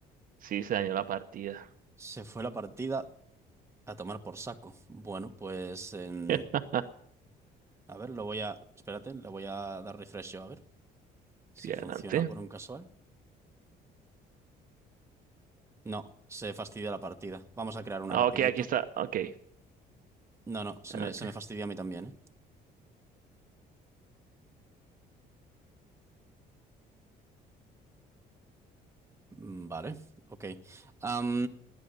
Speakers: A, on the right; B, on the right.
A: sí, se dañó la partida.
B: Se fue la partida a tomar por saco. Bueno, pues... em,
A: <laughs>
B: a ver, lo voy a... Espérate, le voy a dar refresh yo a ver si
A: Sí, adelante.
B: funciona por un casual. No, se fastidia la partida. Vamos a crear una
A: Ah,
B: rapidito.
A: ok, aquí está. Ok,
B: No, no, se
A: adelante.
B: me, se me fastidia a mí también, ¿eh? Mm, Vale, ok. Am,